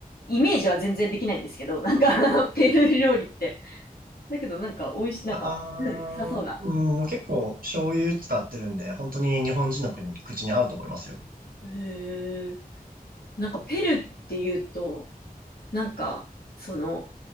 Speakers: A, on the left (about 85°); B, on the right (about 70°).
A: イメージは全然できないんですけど、なんか <laughs> ペルー料理って。だけどなんか美味しい、なんか、
B: ああ、
A: うん、良さそうだ。
B: うん、結構醤油使ってるんで、本当に日本人の国口に合うと思いますよ。
A: へえなんかペルっていうと、なんか、その、